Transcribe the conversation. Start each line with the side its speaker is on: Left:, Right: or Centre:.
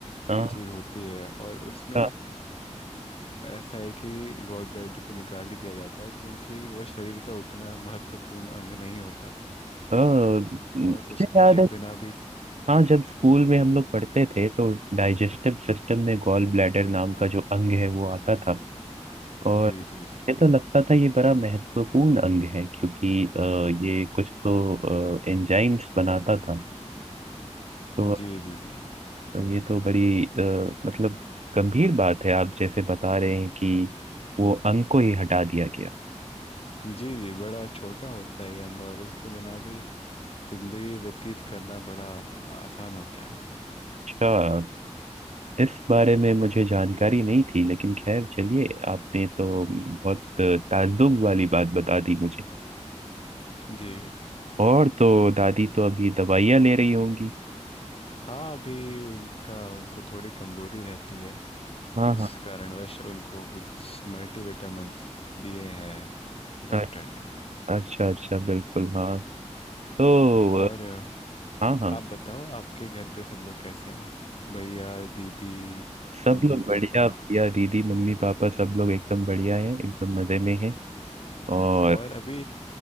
Right: हाँ,
Left: ये चीज होती है और उसमें
Right: हाँ,
Left: ऐसा है कि गॉल ब्लैडर को निकाल ही दिया जाता है क्योंकि वह शरीर का उतना महत्वपूर्ण अंग नहीं होता
Right: हाँ। मुझे
Left: और उसके
Right: याद है
Left: बिना भी
Right: हाँ जब स्कूल में हम लोग पढ़ते थे तो डाइजेस्टिव सिस्टम में गॉल ब्लैडर नाम का जो अंग है वो आता था और
Left: जी जी जी
Right: ये तो लगता था ये बड़ा महत्वपूर्ण अंग है क्योंकि अ, ये कुछ तो एंजाइम्स बनाता था तो
Left: जी जी जी
Right: ये तो बड़ी अ, मतलब गंभीर बात है आप जैसे बता रहे हैं कि वो अंग को ही हटा दिया गया
Left: जी जी बड़ा छोटा होता है ये अंग और उसके बिना भी जिंदगी व्यतीत करना बड़ा आसान होता है
Right: अच्छा इस बारे में मुझे जानकारी नहीं थी लेकिन खैर चलिए आपने तो बहुत ताज्जुब वाली बात बता दी मुझे
Left: जी
Right: और तो दादी तो अभी दवाइयाँ ले रही होंगी
Left: हाँ अभी उनका उनको थोड़ी कमजोरी रहती है
Right: हाँ
Left: उस
Right: हाँ
Left: कारणवश उनको कुछ मल्टीविटामिन्स दिए हैं डॉक्टर
Right: अच्छा
Left: ने
Right: अच्छा अच्छा, बिल्कुल हाँ तो
Left: और
Right: अ,
Left: अ,
Right: हाँ हाँ
Left: आप बताओ आपके घर पे सब लोग कैसे हैं भैया दीदी
Right: सब
Left: मम्मी
Right: लोग बढ़िया
Left: पापा
Right: भैया दीदी मम्मी पापा सब लोग एकदम बढ़िया है एकदम मज़े में है और
Left: और अभी